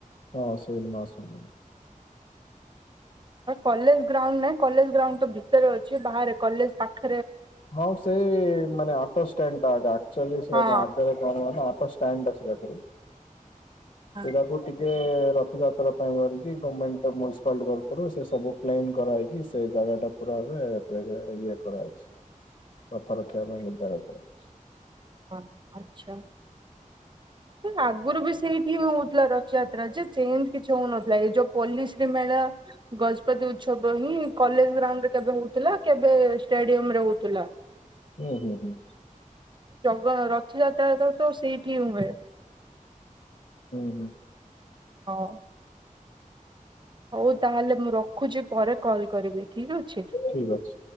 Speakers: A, on the left; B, on the right.
A: ହଁ ସେ ମାଉସୀମା <inaudible>
B: <inaudible> କଲେଜ ଗ୍ରାଉଣ୍ଡ୍ ନାଇଁ କଲେଜ ଗ୍ରାଉଣ୍ଡ୍ ତ ଭିତରେ ଅଛି ବାହାରେ କଲେଜ ପାଖ
A: ହଁ ସେଇ ମାନେ ଅଟୋଷ୍ଟାଣ୍ଡଟା <inaudible> ଆକ୍ଚୁଆଲି ସେ
B: ହଁ
A: <inaudible> ଆଗରେ କଣ ହୁଏ ନା ଅଟୋ ଷ୍ଟାଣ୍ଡ୍ <unintelligible>
B: ଆ
A: ସେଟାକୁ ଟିକେ <inaudible> ରଥଯାତ୍ରା ପାଇଁ ବୋଲିକି ଗମେଣ୍ଟ୍ ମ୍ୟୁନିସିପାଲଟି ତରଫରୁ ସବୁ ପ୍ଲେନ୍ କରା ହେଇକି ସେ ଜାଗା ପୁରା ଏବେ <inaudible> ଇଏ କରା ହେଇଛି, ରଥ ରଖିବା ପାଇଁ ଜାଗା କରା ହେଇଛି।
B: ହଁ ଆଚ୍ଛା। ଆଗରୁ ବି ସେଇଠି ହିଁ ହଉଥିଲା ରଥଯାତ୍ରା ଯେ ଚେଞ୍ଜ୍ କିଛି ହଉନଥିଲା ଏଇ ଯୋଉ ପଲିଶ୍ରୀ ମେଳା <inaudible> ଗଜପତି ଉତ୍ସବ ହିଁ କଲେଜ ଗ୍ରାଉଣ୍ଡରେ କେବେ ହେଉଥିଲା କେବେ ଷ୍ଟାଡିୟମରେ ହଉଥିଲା।
A: ହୁଁ ହୁଁ ହୁଁ
B: ଜଗ ରଥଯାତ୍ରାଟା ତ ସେଇଠି ହୁଏ।
A: ହୁଁ ହୁଁ
B: ହଁ ହଉ ତାହେଲେ ମୁଁ ରଖୁଛି, ପରେ କଲ୍ କରିବି ଠିକ ଅଛି।
A: ଠିକ ଅଛି।